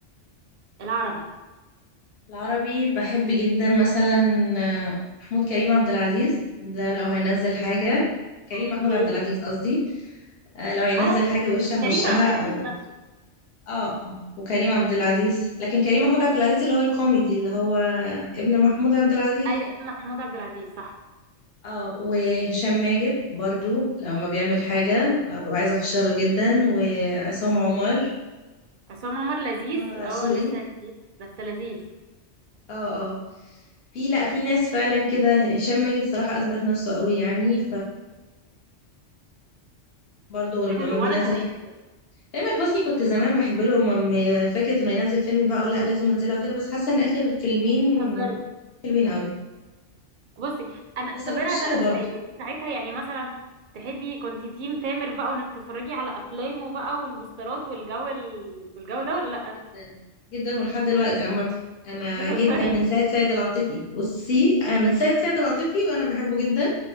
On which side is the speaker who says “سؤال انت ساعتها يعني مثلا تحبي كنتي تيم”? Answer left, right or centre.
Right